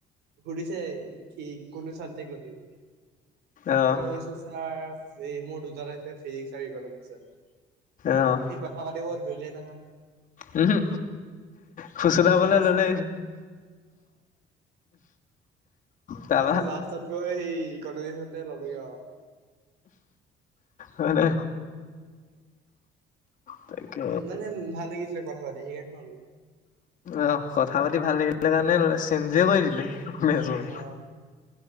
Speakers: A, on the right (about 80°); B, on the left (about 50°).
A: সুধিছে কি কোনোটো চাবজেক্ট লবি বুলি
B: অ',
A: মইকৈছো চাৰ এই মোৰ দুটা আছে ফিজিক্স আৰু ইকনমিক্সত
B: অ',
A: সি কথা পাতিব - ধৰিলে নহয়।
B: উম হু ফুচলাবলে
A: তাৰপাছত
B: ললেই তাৰপা
A: তাৰ পাছত লাষ্টত গৈ সেই ইকনমিক ললিত আৰু
B: মানে তাকে
A: মানে ভাল গিছিল কথা পাতি সেইকাৰনে লোকে
B: আহ কথা পাতি ভাল লাগিলে তণে চেঞ্জে কৰি দিলে মেজৰ।
A: অ